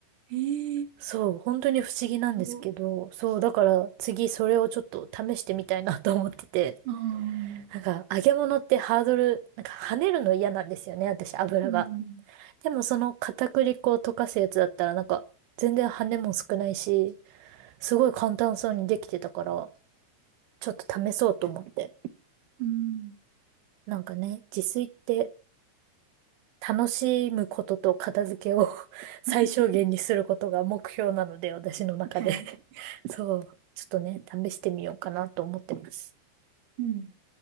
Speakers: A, on the right; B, on the right.
A: <laughs> ええ
B: そう、本当に不思議なんですけど、
A: そう。
B: そう、だから次それをちょっと試してみたいなと思ってて。
A: ああ、
B: なんか、揚げ物ってハードル、なんか跳ねるの嫌なんですよね、私、油が。
A: うん、
B: でもその片栗粉を溶かすやつだったら、なんか、全然跳ねも少ないし、すごい簡単そうにできてたから、ちょっと試そうと思って。
A: うん。
B: なんかね、自炊って楽しむことと片付けを <laughs> 最小限にすることが目標なので、
A: <laughs>
B: 私の中で
A: はい。
B: <laughs> そう、ちょっとね、試してみようかなと思ってます。
A: うん。